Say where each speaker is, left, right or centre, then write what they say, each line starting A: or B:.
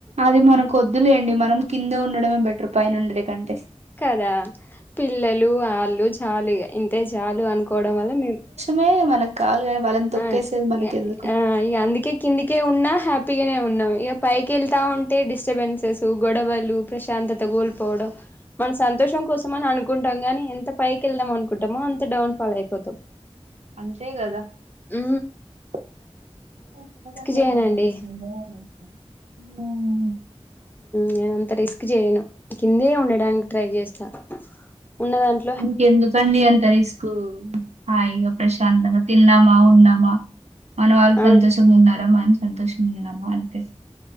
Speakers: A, on the right (about 80°); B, on the left (about 15°).
A: అది మనకొద్దులేండి మనం కింద ఉండడమే బెటర్ పైన ఉండడు కంటే
B: కదా పిల్లలు వాళ్ళు చాలు ఇగా ఇంతే చాలు అనుకోవడం వల్ల మేము
A: మే మనకు కాలు కాని వాళ్ళని తొక్కేసేది
B: ఆ
A: మనకి
B: ఇగ
A: ఎందుకు
B: ఆ ఇగ అందుకే కిందికే ఉన్నా హ్యాపీగానే ఉన్నాం ఇక పైకి వెళ్తా ఉంటే డిస్టర్బెన్సెస్ గొడవలు ప్రశాంతత కోల్పోవడం మన సంతోషం కోసం అని అనుకుంటాం గానీ ఎంత పైకి వెళ్దాం అనుకుంటామో అంత డౌన్ ఫాల్ అయిపోతాం
A: అంతె గద
B: ఊ
A: ఊ
B: చేయనండి నేను అంత రిస్క్ చేయను కిందే ఉండడానికి ట్రై చేస్తా ఉన్న దాంట్లా
A: ఇంకెందు కండీ అంత రిస్కు హాయిగ ప్రశాంతంగా తినామ ఆవును నా మా మన వాళ్ళు
B: ఆ
A: సంతోషంగా ఉన్నారా మం సంతోషంగా వునమా అంతే